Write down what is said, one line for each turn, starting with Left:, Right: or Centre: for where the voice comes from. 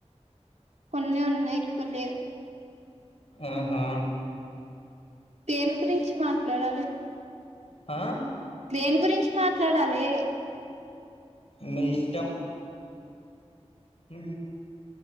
Right: కొన్ని ఉన్నాయి ఎక్కువ లేవ్
Left: ఆహా
Right: దేని గురించి మాట్లాడాలి
Left: ఆ
Right: దేని గురించి మాట్లాడాలి
Left: మీ ఇష్టం హు